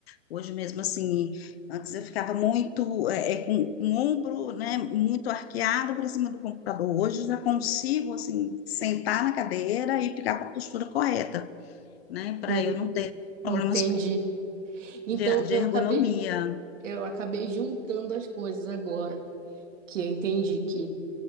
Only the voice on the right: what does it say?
En-
Entendi. Então
eu
acabei eu acabei juntando as coisas agora, que eu entendi que